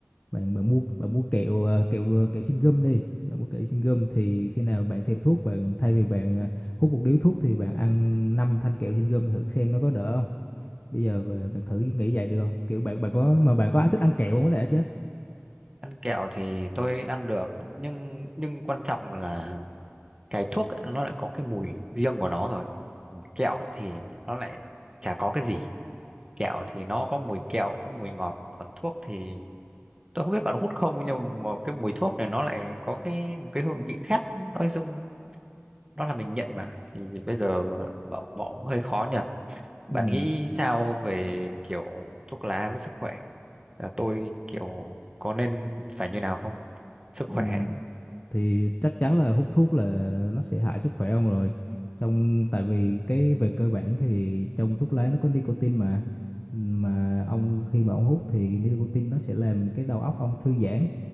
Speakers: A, on the left; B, on the right.
A: bạn bạn mua bạn mua kẹo ờ, kẹo ờ, kẹo xin gum đi bạn mua kẹo xin gum thì khi nào bạn thèm thuốc bạn thay vì bạn ờ, hút một điếu thuốc thì bạn ăn 5 thanh kẹo xin gum thử xem nó có đỡ không bây giờ bà- bạn thử nghĩ vậy được không kiểu bạn bạn có mà bạn có ai thích ăn kẹo không có đã chứ
B: ăn kẹo thì tôi ăn được nhưng nhưng quan trọng là cái thuốc ấy, nó lại có cái mùi riêng của nó rồi Còn kẹo thì nó lại chả có cái gì kẹo thì nó có mùi kẹo có mùi ngọt còn thuốc thì tôi không biết bạn hút không nhưng mà cái mùi thuốc này nó lại có cái một cái hương vị khác nói chung đó là mình nhận mà thì bây giờ bỏ bỏ cũng hơi khó nhỉ
A: ừ,
B: bạn nghĩ sao về kiểu thuốc lá với sức khỏe là tôi kiểu có nên phải như nào không sức
A: ừ,
B: khỏe ấy.
A: thì chắc chắn là hút thuốc là nó sẽ hại sức khỏe ông rồi trong tại vì cái về cơ bản thì trong thuốc lá nó có nicotine mà mà ông khi mà ông hút thì nicotine nó sẽ làm cái đầu óc ông thư giãn